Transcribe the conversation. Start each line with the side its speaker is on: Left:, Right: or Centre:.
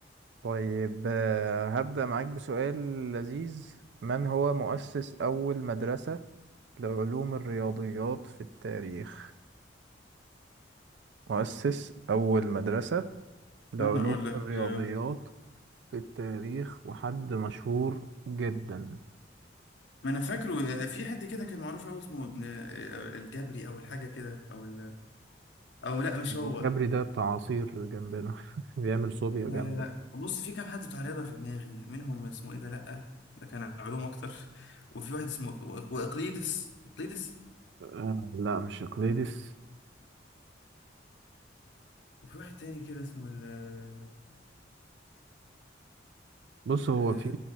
Right: طيب، آه، هبدأ معاك بسؤال لذيذ من هو مؤسس أول مدرسة لعلوم الرياضيات في التاريخ مؤسس أول مدرسة لعلوم
Left: أنا أقول لك
Right: الرياضيات
Left: آه،
Right: في التاريخ وحد مشهور جدا
Left: ما أنا فاكره آه، في حد كده كان معروف أوي اسمه ابن آه، الجبري أو الحاجة كده أو ال... أو لأ مش
Right: الجبري
Left: هو
Right: ده بتاع عصير جنبنا <laughs> بيعمل صوبيا
Left: لا
Right: جامدة
Left: لا لا بص في كام حد بتاع رياضة في دماغي منهم اسمه إيه ده لأ ده كان علوم أكتر وفي واحد اسمه وإقليدس إقليدس
Right: آه لا مش اقليدس
Left: وفي واحد تاني كده اسمه ال آه،
Right: بص هو
Left: آه،
Right: في